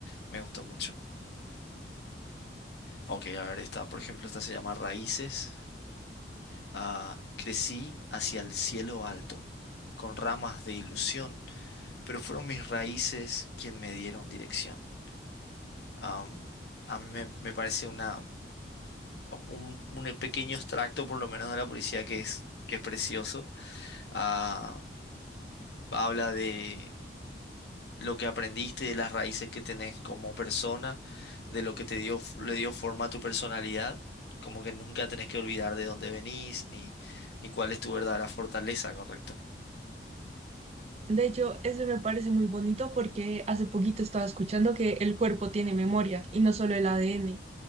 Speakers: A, on the left; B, on the right.
A: Me gustó mucho. Ok, a ver, esta, por ejemplo, esta se llama Raíces. Ah, crecí hacia el cielo alto, con ramas de ilusión, pero fueron mis raíces quien me dieron dirección. Am, a mí me, me parece una, un, un eh, pequeño extracto, por lo menos, de la poesía que es, que es precioso. Ah, habla de lo que aprendiste, de las raíces que tenés como persona, de lo que te dio, le dio forma a tu personalidad, como que nunca tenés que olvidar de dónde venís, ni, ni cuál es tu verdadera fortaleza, ¿correcto?
B: De hecho, eso me parece muy bonito porque hace poquito estaba escuchando que el cuerpo tiene memoria y no solo el ADN,